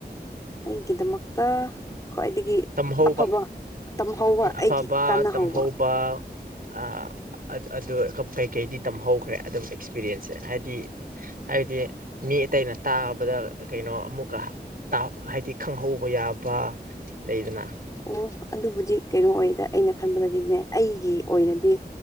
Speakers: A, on the left; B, on the right.
A: ꯑꯩꯒꯤꯗꯃꯛꯇ ꯈ꯭ꯋꯥꯏꯗꯒꯤ
B: ꯇꯝꯍꯧꯕ
A: ꯑꯐꯕ ꯇꯝꯍꯧꯕ
B: ꯑꯐꯕ
A: ꯑꯩꯒꯤ ꯀꯥꯟꯅꯍꯧꯕ
B: ꯇꯝꯍꯧꯕ ꯑ ꯑꯠ ꯑꯗꯨ ꯀꯞ ꯀꯩꯀꯩꯗꯤ ꯇꯝꯍꯧꯈ꯭ꯔꯦ ꯑꯗꯨꯝ ꯑꯦꯛꯁꯄꯤꯔꯤꯌꯦꯟꯁꯁꯦ ꯍꯥꯏꯗꯤ ꯍꯥꯏꯕꯗꯤ ꯃꯤ ꯑꯇꯩꯅ ꯇꯥꯕꯗ ꯀꯩꯅꯣ ꯑꯃꯨꯛꯀ ꯇꯥ ꯍꯥꯏꯗꯤ ꯈꯪꯍꯧꯕ ꯌꯥꯕ ꯂꯩꯗꯅ
A: ꯑꯣ ꯑꯗꯨꯕꯨꯗꯤ ꯀꯩꯅꯣ ꯑꯣꯏꯗ ꯑꯩꯅ ꯈꯟꯕꯗꯗꯤꯅꯦ ꯑꯩꯒꯤ ꯑꯣꯏꯅꯗꯤ